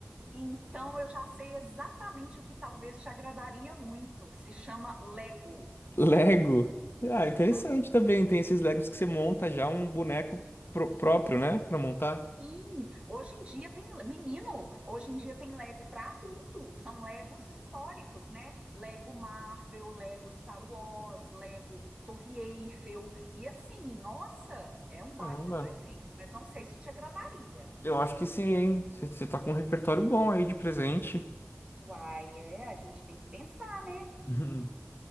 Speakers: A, on the right; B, on the left.
A: então eu já sei exatamente o que talvez te agradaria muito. Se chama Lego.
B: Lego. Ah, interessante
A: Ah,
B: também. Tem esses Legos que você monta já um boneco pró- próprio, né? Pra montar.
A: Sim, hoje em dia tem, menino, hoje em dia tem Lego para adulto, são Legos históricos, né? Lego Marvel, Lego Star Wars, Lego Torre Eiffel. E assim, nossa, é um baita
B: Caramba.
A: presente, mas não sei se te agradaria.
B: Eu acho que sim, hein? Você você tá com um repertório
A: Hum,
B: bom aí de presente. <laughs>
A: Uai, é, a gente tem que pensar, né?
B: Uhum.